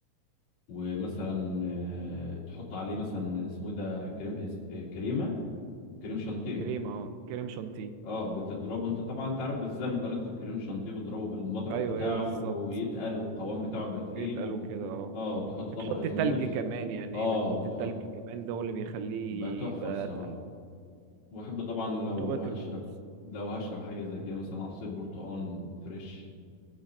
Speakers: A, on the left; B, on the right.
A: ومثلا آه، تحط عليه مثلا اسمه إيه ده كريم اس- آه، كريمه كريم شانتيه
B: كريم اه كريم شانتيه
A: اه بتضربه انت طبعا انت عارف ازاي مكونات الكريم شانتيه بتضربه بالمضرب
B: ايوه
A: بتاعه
B: ايوه بالظبط
A: ويتقل والقوام بتاعه يبقى تقيل
B: بيتقالوا
A: و...
B: كده اه
A: اه تحط
B: بتحط
A: طبقه
B: تلج
A: موز
B: كمان يعني
A: اه
B: بتحط
A: وتحط
B: التلج كمان ده هو اللي بيخليه
A: يبقى تحفه
B: يبقى
A: الصراحه
B: اتقل
A: واحب طبعا لو
B: وطبقة
A: هشرب
B: الموز
A: لو هشرب حاجه زي كده مثلا عصير برتقال فريش